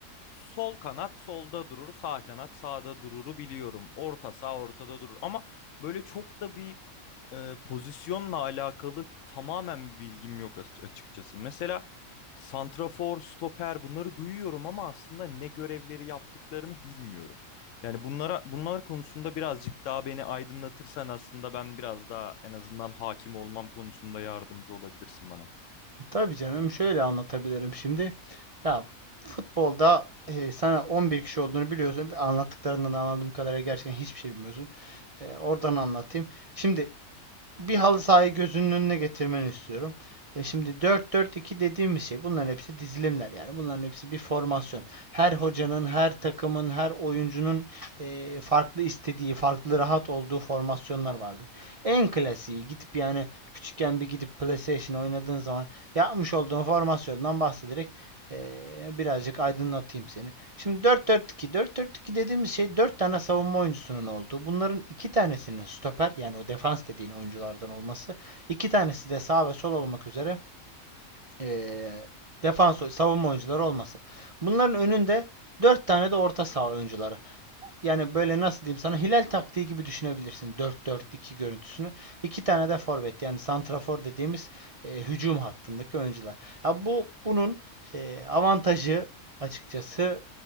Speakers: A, on the left (about 70°); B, on the right (about 50°).
A: sol kanat solda durur, sağ kanat sağda dururu biliyorum. Orta sağ ortada durur ama böyle çok da bir e, pozisyonla alakalı tamamen bir bilgim yok as- açıkçası. Mesela santrafor, stoper bunları duyuyorum ama aslında ne görevleri yaptıklarını bilmiyorum. Yani bunlara bunlar konusunda birazcık daha beni aydınlatırsan aslında ben biraz daha en azından hakim olmam konusunda yardımcı olabilirsin bana.
B: Tabii canım, şöyle anlatabilirim şimdi. Ya futbolda e, sana 11 kişi olduğunu biliyorsun. Anlattıklarından anladığım kadarıyla gerçekten hiçbir şey bilmiyorsun. E, oradan anlatayım. Şimdi bir halı sahayı gözünün önüne getirmeni istiyorum. E şimdi 4-4-2 dediğimiz şey bunların hepsi dizilimler yani bunların hepsi bir formasyon. Her hocanın, her takımın, her oyuncunun e, farklı istediği, farklı rahat olduğu formasyonlar vardır. En klasiği gidip yani küçükken bir gidip PlayStation oynadığın zaman yapmış olduğun formasyondan bahsederek e, birazcık aydınlatayım seni. Şimdi 4-4-2. 4-4-2 dediğimiz şey 4 tane savunma oyuncusunun olduğu. Bunların 2 tanesinin stoper yani o defans dediğin oyunculardan olması. iki tanesi de sağ ve sol olmak üzere eee defans savunma oyuncuları olması. Bunların önünde 4 tane de orta saha oyuncuları yani böyle nasıl diyeyim sana hilal taktiği gibi düşünebilirsin dört 4 2 görüntüsünü. İki tane de forvet yani santrafor dediğimiz e, hücum hattındaki oyuncular. Ya bu bunun e, avantajı açıkçası